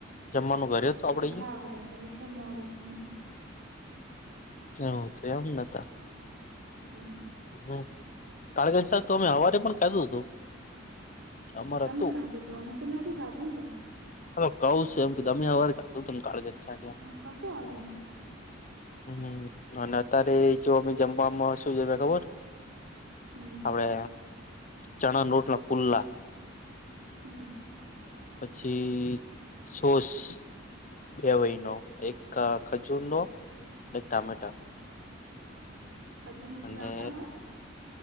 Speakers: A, on the left; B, on the right.
A: જમવાનું ઘરે હતું
B: અને
A: આપડે
B: ખાવા
A: ઈ?
B: રેતા એટલે મોડું થયુ
A: એ તો એમ નતા.
B: હમ.
A: હમ કાળગજ સાબ તો અમે હવારે પણ કાધું હતું. અમારે
B: તમે
A: હતું
B: ખાતું તું અમે તો નથી ખાતું ને પણ.
A: હ કઉું છે એમ કે તમે સવારે જાતો તમ કાળગન શાખ એમ.
B: કસો વાંધો ન.
A: હમ અને અત્યારે એ જો અમે જમવામાં શું જમે ખબર
B: હમ.
A: આપડે ચણા લોટ ના પુલ્લા.
B: હમ!
A: પછી સોસ બે વહી નો એક ખજૂર નો ટામેટાનો.
B: ખજુર છે
A: અને
B: વાપડા વાળો.